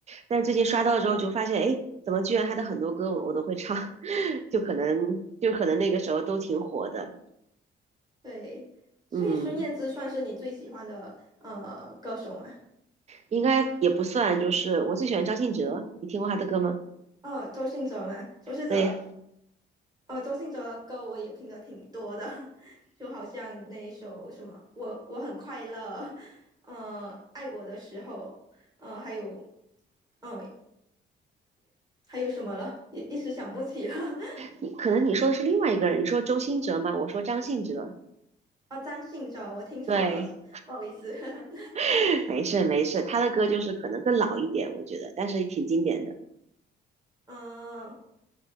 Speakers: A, on the right (about 35°); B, on the right (about 20°).
A: 但最近刷到之后，就发现，哎，怎么居然她的很多歌我我都会唱，<laughs> 就可能就可能那个时候都挺火的，
B: 对，所以孙燕姿算是你最喜欢的呃歌手吗？
A: 嗯。应该也不算，就是我最喜欢张信哲，你听过他的歌吗？
B: 哦，周信哲吗？周信哲，
A: 对
B: 哦，周信哲的歌我也听的挺多的，<laughs> 就好像那一首什么《我我很快乐》，呃，爱我的时候，呃，还有，哦，还有什么了？一一时想不起了。<laughs>
A: 你，可能你说的是另外一个人，你说周兴哲吗？我说张信哲。
B: 啊，张信哲，我听错了，
A: 对，
B: 不好意思。<laughs>
A: <laughs> 没事没事，他的歌就是可能更老一点，我觉得，但是也挺经典的，
B: 嗯、